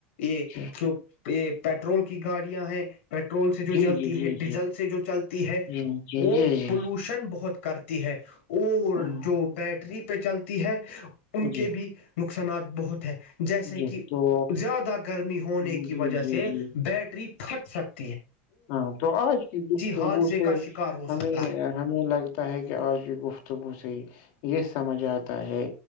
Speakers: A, on the left (about 75°); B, on the left (about 50°).
A: یہ
B: جی
A: جو <unintelligible> یہ پیٹرول کی گاڑیاں ہیں پیٹرول سے جو
B: جی
A: چلتی
B: جی جی
A: ہے ڈیزل سے جو چلتی ہے
B: جی جی
A: وہ
B: جی
A: پولوشن بہت کرتی ہے ہ <unintelligible> اور
B: جی
A: <unintelligible> بیٹری پہ چلتی ہے اور ان
B: جی
A: کے
B: جی
A: بھی نقصانات بہت ہے جیسے
B: جی
A: کہ
B: تو
A: زیادہ گرمی ہونے
B: جی
A: کی وجہ
B: جی
A: سے
B: جی
A: بیٹری خٹ سک
B: ہاں تو آج کی گفتگو
A: حادثے
B: سے
A: کا شکار ہو
B: ہمیں
A: سکتا ہے
B: ہمیں لگتا ہے کہ آج کی گفتگو سے یہ سمجھ آتا ہے